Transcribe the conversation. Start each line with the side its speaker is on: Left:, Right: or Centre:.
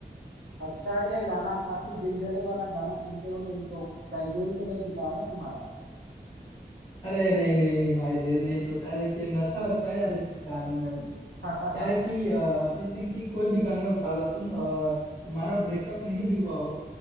Right: अच्छा ही है गाना काफी दिलजले वाला गाना सुनते हो तुम तो कहीं दिल तो नहीं टूटा ना तुम्हारा
Left: अरे नहीं नहीं नहीं भाई दिल नहीं टूटा लेकिन अच्छा लगता है यार इस गाने में
Right: <laughs>
Left: क्या है कि अ, अरिजीत सिंह की कोई भी गाने उठा लो तुम और तुम्हारा ब्रेकअप नहीं भी हुआ हो